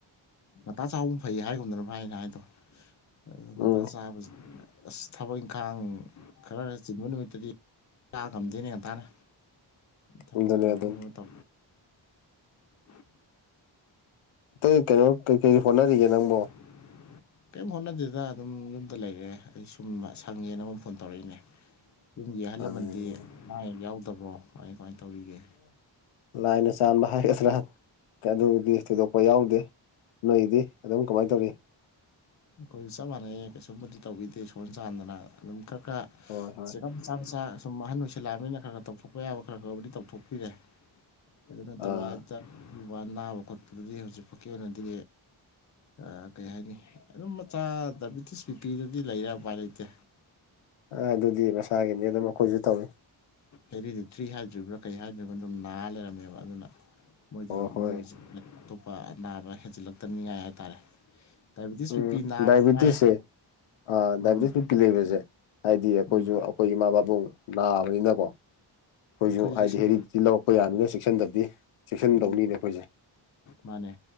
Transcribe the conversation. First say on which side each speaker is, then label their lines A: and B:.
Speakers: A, on the left; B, on the left.
A: ꯉꯡꯇ ꯆꯍꯧꯕꯅ ꯐꯩ ꯍꯥꯏꯒꯨꯝꯗꯅ ꯚꯥꯏꯅ ꯍꯥꯏꯗꯣ ꯑꯗꯨ ꯉꯟꯇꯥ
B: ꯎꯝ
A: ꯆꯥꯕ ꯑꯁ ꯊꯕꯛ ꯏꯪꯈꯥꯡ ꯈꯔ ꯆꯤꯟꯕ ꯅꯨꯃꯤꯠꯇꯗꯤ ꯆꯥ ꯉꯝꯗꯦꯅꯦ ꯉꯟꯇꯥꯅ ꯊꯕꯛ
B: ꯑꯗꯨꯅꯤ
A: ꯏꯪꯈꯥꯡ
B: ꯑꯗꯨꯅꯤ
A: ꯇꯣ ꯬꯬꯬
B: ꯀꯇꯩ ꯀꯩꯅꯣ ꯀꯩ ꯀꯩ ꯍꯣꯠꯅꯔꯤꯒꯦ ꯅꯪꯕꯣ
A: ꯬꯬꯬ ꯀꯩꯝ ꯍꯣꯠꯅꯗꯦꯗ ꯑꯗꯨꯝ ꯌꯨꯝꯗ ꯂꯩꯔꯦ ꯑꯩ ꯁꯨꯝ ꯁꯪꯉꯦꯅ ꯅꯉꯣꯡꯗ ꯐꯣꯟ ꯇꯧꯔꯛꯏꯅꯦ ꯌꯨꯝꯒꯤ ꯑꯍꯜ ꯂꯃꯟꯗꯤ
B: ꯑꯗꯨꯅꯤ
A: ꯑꯅꯥ ꯑꯥꯌꯦ ꯌꯥꯎꯗꯕ꯭ꯔꯣ ꯀꯃꯥꯏ ꯀꯃꯥꯏ ꯇꯧꯔꯤꯒꯦ
B: ꯂꯥꯏꯅ ꯆꯥꯟꯕ ꯍꯥꯏꯒꯗ꯭ꯔꯥ ꯑꯗꯨꯕꯨꯗꯤ ꯊꯣꯏꯗꯣꯛꯄ ꯌꯥꯎꯗꯦ ꯅꯣꯏꯗꯤ ꯑꯗꯨꯝ ꯀꯃꯥꯏꯅ ꯇꯧꯔꯤ
A: ꯑꯩꯈꯣꯏ ꯆꯞ ꯃꯥꯟꯅꯩꯌꯦ ꯀꯩꯁꯨꯝꯕꯨꯗꯤ ꯇꯧꯕꯤꯗꯦ ꯏꯁꯣꯔꯅ ꯆꯥꯟꯗꯅ ꯑꯗꯨꯝ ꯈꯔ ꯈꯔ
B: ꯍꯣꯏ ꯍꯣꯏ
A: ꯆꯦꯒꯝ ꯃꯆꯥ ꯃꯆꯥ ꯁꯨꯝ ꯑꯍꯟ ꯑꯣꯏꯁꯤꯜꯂꯛꯑꯕꯅꯤꯅ ꯈꯔ ꯈꯔ ꯇꯧꯊꯣꯛꯄ ꯌꯥꯕ ꯈꯔ ꯈꯔꯕꯨꯗꯤ ꯇꯧꯊꯣꯛꯄꯤꯔꯦ ꯑꯗꯨꯅꯠꯇꯕꯥ
B: ꯑꯥ
A: ꯂꯨꯕ ꯑꯅꯥꯕ ꯈꯣꯠꯄꯗꯨꯗꯤ ꯍꯧꯖꯤꯛꯐꯥꯎꯒꯤ ꯑꯣꯏꯅꯗꯤ ꯑ ꯀꯔꯤ ꯍꯥꯏꯅꯤ ꯑꯗꯨꯝ ꯃꯆꯥ ꯗꯥꯏꯕꯤꯇꯤꯁ ꯕꯤꯄꯤꯕꯨꯗꯤ ꯂꯩꯌꯦ ꯎꯄꯥꯏ ꯂꯩꯇꯦ
B: ꯑ ꯑꯗꯨꯗꯤ ꯃꯁꯥꯒꯤꯅꯤ ꯑꯗꯨꯝ ꯑꯩꯈꯣꯏꯁꯨ ꯇꯧꯏ
A: ꯍꯦꯔꯤꯗꯨꯊ꯭ꯔꯤ ꯍꯥꯏꯗ꯭ꯔꯨꯕ꯭ꯔꯥ ꯀꯩ ꯍꯥꯏꯗꯣꯏꯅꯣ ꯑꯗꯨꯝ ꯅꯥꯔ ꯂꯩꯔꯝꯃꯦꯕ ꯑꯗꯨꯅ ꯃꯣꯏꯗꯨꯅ
B: ꯑꯣ ꯍꯣꯏ
A: ꯃꯣꯏ ꯍꯧꯖꯤꯛ ꯑꯇꯣꯞꯄ ꯑꯅꯥꯕ ꯍꯦꯟꯖꯤꯜꯂꯛꯇꯅꯤꯉꯥꯏ ꯍꯥꯏꯇꯥꯔꯦ ꯗꯥꯏꯕꯤꯇꯤꯁ
B: ꯎꯝ
A: ꯕꯤ ꯄꯤ ꯅꯥꯕꯁꯨ
B: ꯗꯥꯏꯕꯤꯇꯤꯁꯁꯦ
A: ꯌꯥꯏ
B: ꯑ
A: ꯎꯝ
B: ꯗꯥꯕꯤꯇꯤꯁ ꯀꯤ ꯂꯩꯕꯁꯦ ꯍꯥꯏꯗꯤ ꯑꯩꯈꯣꯏꯁꯨ
A: ꯎꯝ
B: ꯑꯩꯈꯣꯏ ꯏꯃꯥ ꯕꯥꯕꯨꯡ ꯅꯥꯕꯅꯤꯅꯀꯣ ꯑꯩꯈꯣꯏꯁꯨ
A: ꯃꯈꯣꯏꯁꯨ
B: ꯍꯥꯏꯗꯤ
A: ꯆꯦꯛꯁꯤꯟ
B: ꯍꯦꯔꯤꯇꯦꯇꯤ ꯂꯧꯔꯛꯄ ꯌꯥꯅꯤꯅ ꯆꯦꯛꯁꯤꯟꯗꯕꯗꯤ ꯆꯦꯛꯁꯤꯟꯗꯧꯅꯤꯅꯦ
A: ꯎꯝ
B: ꯑꯩꯈꯣꯏꯁꯦ
A: ꯃꯥꯅꯦ